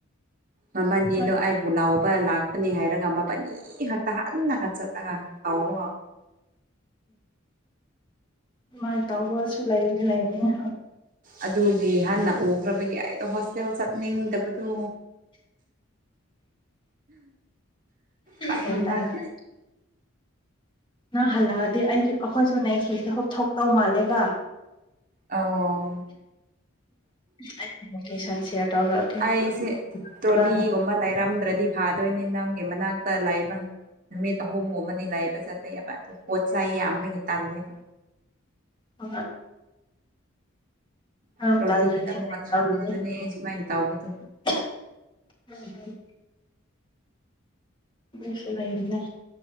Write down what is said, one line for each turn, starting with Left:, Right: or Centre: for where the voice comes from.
Right: ꯃꯕꯥꯅꯤꯗꯣ
Left: ꯍꯣꯏ
Right: ꯑꯩꯥꯏꯕꯨ ꯂꯧꯕ ꯂꯥꯛ ꯅꯤ ꯍꯥꯏꯔꯒ ꯃꯄꯜ ꯈꯥꯛꯛꯇ ꯍꯟꯅꯒ ꯆꯠꯂꯒ ꯇꯥꯎꯔ
Left: ꯇꯨꯃꯥꯏꯅ ꯇꯧꯕꯁꯨ ꯂꯩꯗꯤ ꯂꯩꯕꯅ‌ꯦ
Right: ꯑꯗꯨꯒꯤ ꯍꯟꯅ ꯎꯈ꯭ꯔꯕꯒꯤ ꯑꯩꯗꯣ ꯍꯣꯁꯇꯦꯜ ꯆꯠꯅꯤꯡꯗꯕꯗꯣ ꯀꯗ
Left: ꯒ꯭ꯌꯥꯟ ꯇꯥꯗ꯭ꯔꯦ ꯅꯪ ꯍꯜꯂꯛꯑꯗꯤ ꯑꯩꯁꯨ ꯑꯩꯈꯣꯏꯁꯨ ꯅꯦꯛꯁ ꯋꯤꯛꯇ ꯊꯣꯛꯇꯧ ꯃꯥꯜꯂꯦꯕ
Right: ꯑꯧ
Left: ꯑꯩꯒꯤ ꯂꯣꯀꯦꯁꯟ ꯁꯤꯌꯔ ꯇꯧꯔꯛꯀꯦ
Right: ꯑꯩꯁꯦ ꯇ꯭ꯔꯣꯂꯤꯒꯨꯝꯕ
Left: ꯄꯨꯔꯥ
Right: ꯂꯩꯔꯝꯗ꯭ꯔꯗꯤ ꯐꯥꯗꯣꯏꯅꯤ ꯅꯪꯒꯤ ꯃꯅꯥꯛꯇ ꯂꯥꯛꯏꯕ ꯅꯨꯃꯤꯠ ꯑꯍꯨꯝꯃꯨꯛ ꯑꯃꯗꯤ ꯂꯥꯏꯕ ꯆꯠꯄ ꯌꯥꯕ ꯑꯗꯨ ꯄꯣꯠ ꯆꯩꯥꯏ ꯌꯥꯝꯕꯒꯤ ꯇꯥꯡꯉꯦꯕ
Left: ꯍꯣꯏ ꯅꯪ
Right: ꯇ꯭ꯔꯣꯂꯤꯗ
Left: ꯇꯜꯂꯗꯤ
Right: ꯑꯃꯨꯛ ꯑ ꯊꯥꯡꯕꯅꯦ
Left: ꯇꯧꯒꯦ
Right: ꯁꯨꯃꯥꯏꯅ ꯇꯧꯕꯗꯣ
Left: <inaudible> ꯑꯩꯁꯨ ꯂꯩꯔꯤꯅ